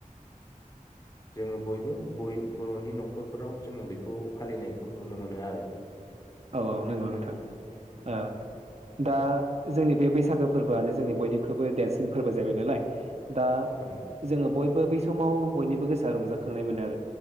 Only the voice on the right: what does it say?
औ औ नोंगौ नोंथां
ओ दा जोंनि बे बैसागो फोर्बोआनो जोंनि बयनिख्रुइबो देरसिन फोर्बो जाहैबाय नालाय दा
जोंङो बय बो बै समाव बयनिबो गोसोआ रंजाखांनाय मोनो आरो।